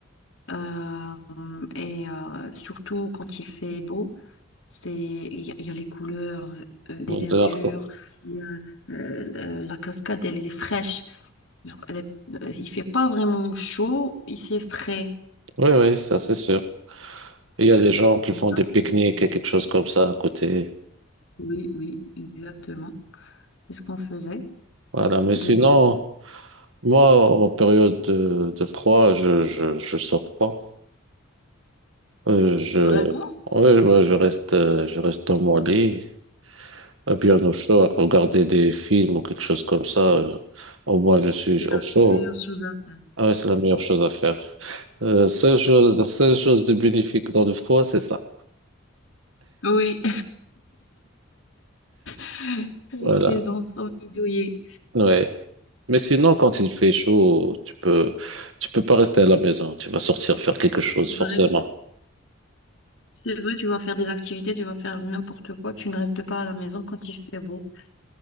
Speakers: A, on the left; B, on the right.
A: Euh, et euh, surtout quand il fait beau, c'est, il y, a il y a les couleurs euh, des verdures.
B: De l'arc.
A: Il y a, euh, la cascade, elle est fraîche. Genre, elle est- euh, il fait pas vraiment chaud, il fait frais.
B: Oui, oui, ça c'est sûr. Il y a des gens qui
A: Mais
B: font
A: ça,
B: des
A: c'est
B: pique-niques
A: c'est bon.
B: et quelque chose comme ça à côté.
A: Oui, oui, exactement. C'est ce qu'on faisait
B: Voilà, mais sinon,
A: de base.
B: moi, en période de, de froid, je, je, je sors pas. Euh, je,
A: Vraiment,
B: ouais, ouais, je reste, euh, je reste dans mon lit. euh, bien au chaud, à regarder des films ou quelque chose comme ça. euh, Au moins, je suis
A: c'est la
B: au chaud.
A: meilleure chose à faire.
B: Ah ouais, c'est la meilleure chose à faire. Euh, seule chose, la seule chose de bénéfique dans le froid, c'est ça.
A: Oui, <laughs> rester
B: Voilà.
A: dans son lit douillet.
B: Ouais. Mais sinon, quand il fait chaud, tu peux, tu peux pas rester à la maison. Tu vas sortir faire quelque chose,
A: C'est
B: forcément.
A: vrai. C'est vrai, tu vas faire des activités, tu vas faire n'importe quoi, tu ne restes pas à la maison quand il fait beau.